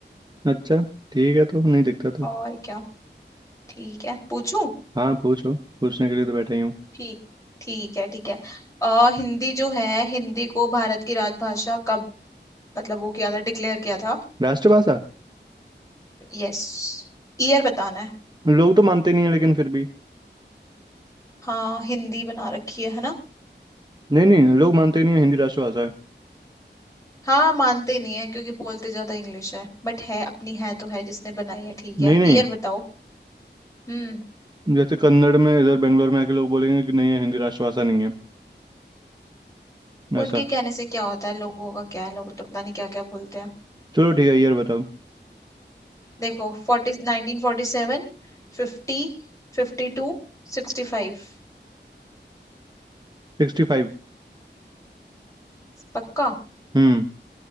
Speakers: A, on the right; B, on the left.
A: अच्छा ठीक है तो नहीं दिखता तो
B: और क्या ठीक है पूछूं
A: हाँ पूछो पूछने के लिए तो बैठा ही हूँ
B: ठीक ठीक है ठीक है अ, हिंदी जो है हिंदी को भारत की राजभाषा कब मतलब वो किया था डिक्लेयर किया था
A: राष्ट्रभाषा
B: यस ईयर बताना है
A: लोग तो मानते नहीं है लेकिन फिर भी
B: हाँ हिंदी बना रखी है है ना
A: नहीं नहीं लोग मानते नहीं है हिंदी राष्ट्रभाषा है
B: हाँ मानते नहीं है क्योंकि बोलते ज्यादा इंग्लिश है बट है अपनी है तो है जिसने बनाई है ठीक है
A: नहीं नहीं
B: ईयर बताओ हम्म
A: जैसे कन्नड़ में इधर बेंगलोर में आके लोग बोलेंगे कि नहीं है हिंदी राष्ट्रभाषा नहीं है ऐसा
B: उनके कहने से क्या होता है लोगों का क्या है लोग तो पता नहीं क्या क्या बोलते हैं
A: चलो ठीक है यार बताओ
B: देखो forty nineteen forty seven fifty fifty two sixty five
A: Sixty five
B: पक्का
A: हम्म